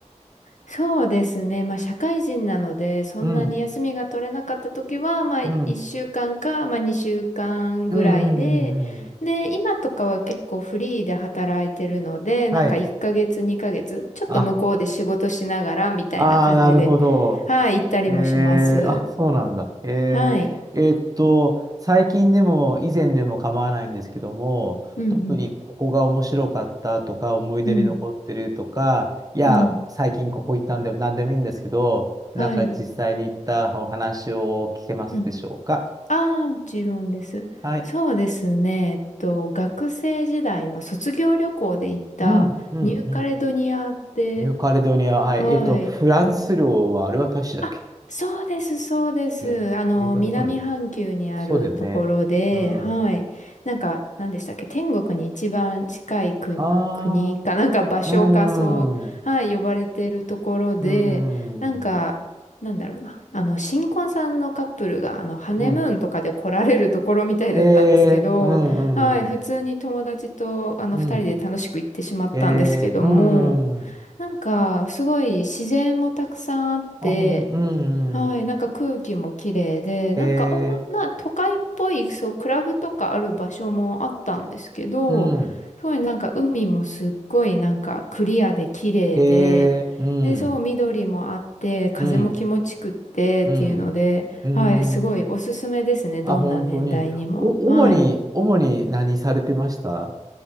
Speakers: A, on the left; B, on the right.
A: そうですね。まあ、社会人なので、そんなに休みが取れなかった時は、
B: うん。
A: まあ、
B: うん。
A: 1週間かんか、まあ、2週間ぐらいで、
B: うん。うん。うん。うん。うん
A: で、今とかは結構フリーで働いてるので、
B: はい。
A: なんか1ヶ月、2ヶ月、ちょっと向こうで仕事しながら、
B: あ、
A: みたいな感じで、
B: ああ、なるほど。
A: はい、行ったりもします。
B: えー、あ、そうなんだ。えー、
A: はい。
B: えーっと、最近でも以前でも構わないんですけども、
A: うん、
B: 特にここが面白かったとか、思い出に残ってるとか、
A: うん、
B: いや、
A: うん、うん。
B: 最近ここ行ったんだよ、なんでもいいんですけど、なんか実際に行ったお話を聞けますでしょうか。
A: はい。うんああ、もちろんです。
B: はい。
A: そうですね。えっと、学生時代の卒業旅行で行ったニューカレドニアって、
B: うん、うん、うん。ニューカレドニア、
A: あはい。
B: はい。えーっと、フランス領はあれは大使だっけ
A: あそうです、そうです。
B: ね、
A: あの、
B: ニューカレドニア、
A: 南半球にあるところで、
B: そうだよね。そうだよね。うん。
A: はい。なんか、何でしたっけ、天国に一番近い国、
B: あ
A: 国か、なんか場所か、
B: あ、うん。
A: そう、はい、呼ばれてるところで、
B: うーん。
A: なんか、なんだろうな、あの、新婚さんのカップルが、あの、ハネムーンとかで来られるところみたいだったんですけど、
B: うん。えー、うん、うん、
A: はい、
B: うん。
A: 普通に友達と、あの、
B: うん。
A: 二人で楽しく行ってしまったんですけども、
B: えー、うん。うん
A: なんか、すごい自然もたくさんあって、
B: あ、ほん、うん、
A: はい、
B: うん。
A: なんか空気も綺麗で、なんかおもな都会っぽい、
B: え
A: そう、クラブとかある場所もあったんですけど、
B: ー、うん。
A: すごいなんか海もすっごいなんかクリアで綺麗で、
B: えー、うん。
A: で、そう、緑もあって、風も気持ちくってっていうので、
B: うん。うん。うーん。
A: はい、すごいおすすめですね、どんな年代にも。
B: あ、本当に。お、
A: はい。
B: 主に、主に何されてました